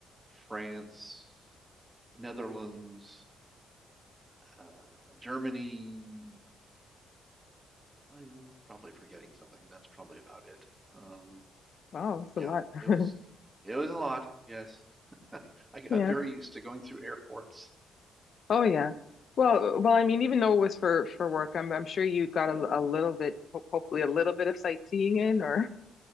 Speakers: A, on the right; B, on the left.
A: France, Netherlands, uh, Germany. I am probably forgetting something. That's probably about it. Um,
B: wow, it's
A: yeah,
B: a lot. <laughs>
A: it was, it was a lot. Yes, <laughs> I got
B: Yeah.
A: very used to going through airports.
B: Oh yeah. Well, well, I mean, even though it was for for work, I'm I'm sure you got a, a little bit, ho- hopefully a little bit of sightseeing in, or